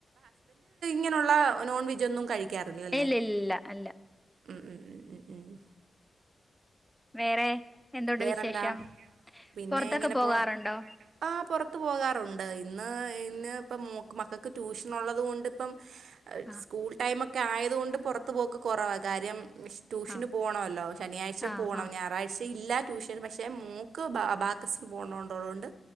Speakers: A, on the right; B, in the centre.
A: ഇങ്ങനുള്ള നോൺവെജ് ഒന്നും കഴിക്കാറില്ല ഇല്ലലെ?
B: ഇല്ല ഇല്ല ഇല്ല അല്ല
A: ഏ-
B: വേറെ. എന്തുണ്ട്
A: വേറെന്താ
B: വിശേഷം
A: പിന്നെ
B: പുറത്തൊക്കെ
A: ഇങ്ങനെ
B: പോകാറുണ്ടോ
A: പോ ആ പുറത്തു പോകാറുണ്ട്. ഇന്ന് ഇന്ന് ഇപ്പം മക്കൾക്ക് ട്യൂഷൻ ഉള്ളത് കൊണ്ട് ഇപ്പം
B: ആഹ്
A: സ്കൂൾ ടൈമൊക്കെ. ഒക്കെ ആയതുകൊണ്ട് പുറത്ത് പോക്ക് കുറവാ കാര്യം. ട്യൂഷന്
B: ആഹ്
A: പോകണമല്ലോ ശനിയാഴ്ചയും
B: ആഹ്
A: പോകണം
B: ആഹ്
A: ഞായറാഴ്ച ഇല്ല ട്യൂഷന് പക്ഷെ മോൾക്ക് അബാക്കസിന് പോണോന്നുള്ളത് കൊണ്ട്